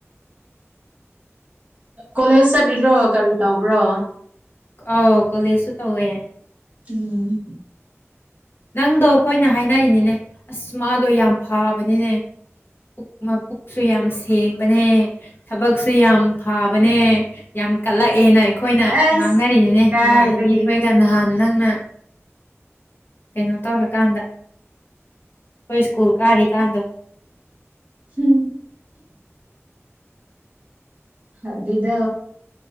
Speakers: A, on the right (about 30°); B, on the left (about 45°).
A: ꯀꯣꯂꯦꯖ ꯆꯠꯂꯤꯔꯣ ꯀꯔꯤ ꯇꯧꯕ꯭ꯔꯣ
B: ꯑꯥꯎ ꯀꯣꯂꯦꯖꯁꯨ ꯇꯧꯋꯦ.
A: ꯎꯝ
B: ꯅꯪꯗꯣ ꯑꯩꯈꯣꯏꯅ ꯍꯥꯏꯅꯔꯤꯅꯤꯅꯦ ꯑꯁ ꯃꯥꯗꯣ ꯌꯥꯝ ꯐꯕꯅꯤꯅꯦ ꯄꯨꯛ ꯃꯄꯨꯛꯁꯨ ꯌꯥꯝ ꯁꯦꯡꯉ ꯅꯦ ꯊꯕꯛꯁꯨ ꯌꯥꯝ ꯐꯕꯅꯦ ꯌꯥꯝ ꯀꯠꯂꯛꯑꯦꯅ ꯑꯩꯈꯣꯏꯅ
A: ꯑꯁ
B: ꯉꯥꯡꯅꯔꯤꯅꯤꯅꯦ
A: ꯀꯥꯏꯗꯒꯤ
B: ꯏꯃꯥꯟꯅꯕꯤ ꯑꯩꯈꯣꯏꯒ ꯅꯍꯥꯟ ꯅꯪꯅ ꯀꯩꯅꯣ ꯇꯧꯔꯀꯥꯟꯗ ꯑꯩꯈꯣꯏ ꯁ꯭ꯀꯨꯜ ꯀꯥꯔꯤꯀꯥꯟꯗ
A: <inaudible> ꯑꯗꯨꯗ